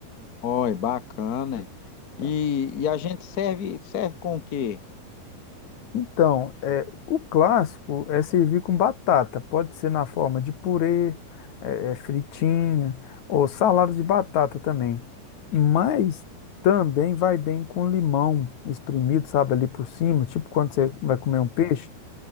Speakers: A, on the left; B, on the left.
A: Oi, bacana. E,
B: tá?
A: e a gente serve, serve com o quê?
B: Então, é, o clássico é servir com batata. Pode ser na forma de purê, é, é, fritinha ou salada de batata também. Mas também vai bem com limão espremido, sabe, ali por cima, tipo quando você vai comer
A: Hum,
B: um peixe,